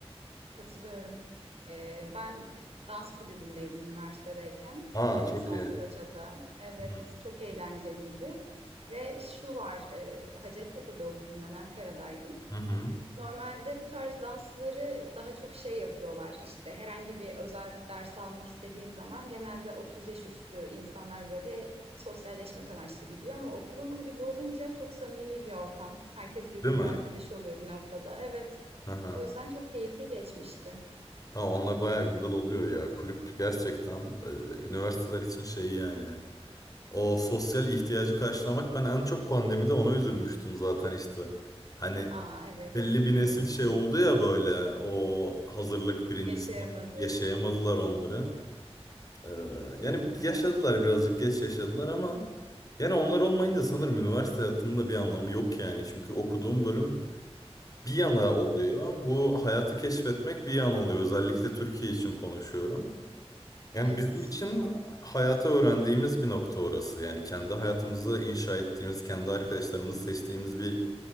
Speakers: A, on the right; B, on the left.
A: Katılıyorum. Ee, ben e, dans kulübündeydim üniversitedeyken.
B: Aa
A: Ee,
B: çok
A: salsa
B: iyi.
A: bachata. Evet,
B: Hı
A: çok eğlenceliydi. Ve şu var, e, Hacettepe'de okudum ben, Ankara'daydım.
B: hı.
A: Normalde bu tarz dansları daha çok şey yapıyorlar işte herhangi bir özel ders almak istediğin zaman genelde 30 yaş üstü insanlar böyle sosyalleşmek amaçlı gidiyor ama okulun kulübü olunca çok samimi bir ortam. Herkes birbirinin
B: Değil mi?
A: arkadaşı oluyor bir noktada. Evet.
B: Aha.
A: O yüzden çok keyifli geçmişti.
B: Ha, onlar bayağı
A: Ee,
B: güzel oluyor ya. Kulüp gerçekten e, üniversiteler için şey yani. O sosyal ihtiyacı karşılamak ben en çok pandemide ona üzülmüştüm zaten işte. Hani
A: aa evet.
B: belli bir nesil
A: Evet.
B: şey oldu ya böyle o hazırlık birinci
A: <laughs> Yaşayamadı.
B: sınıf yaşayamadılar onları. Ee,
A: Kesinlikle.
B: yani yaşadılar birazcık geç yaşadılar ama yani onlar olmayınca sanırım üniversite hayatının da bir anlamı yok yani. Çünkü okuduğum bölüm bir yana
A: Hı hı.
B: oluyor. Bu hayatı keşfetmek bir yana oluyor. Özellikle Türkiye için konuşuyorum. Yani
A: Evet.
B: bizim için hayata öğrendiğimiz bir nokta orası. Yani kendi hayatımızı inşa ettiğimiz, kendi arkadaşlarımızı seçtiğimiz bir